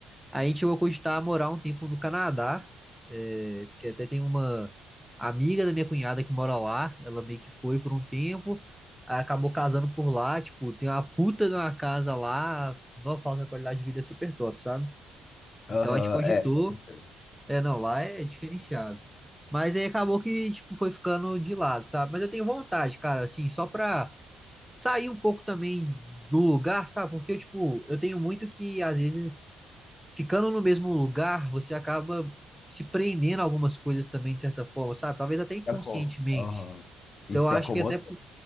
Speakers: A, in the centre; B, on the left (about 40°).
A: A gente chegou a cogitar morar um tempo no Canadá, é, porque até tem uma amiga da minha cunhada que mora lá, ela meio que foi por um tempo, aí acabou casando por lá, tipo, tem uma puta de uma casa lá, não fala que a qualidade de vida é super top, sabe?
B: Aham,
A: Então a gente cogitou,
B: é, com certeza.
A: é, não, lá é diferenciado. Mas aí acabou que, tipo, foi ficando de lado, sabe? Mas eu tenho vontade, cara, assim, só pra sair um pouco também do lugar, sabe? Porque eu, tipo, eu tenho muito que, às vezes ficando no mesmo lugar, você acaba se prendendo a algumas coisas também, de certa forma, sabe? Talvez até inconscientemente.
B: Se aco- Aham. E
A: Então,
B: se
A: eu acho
B: acomoda,
A: que Então, até.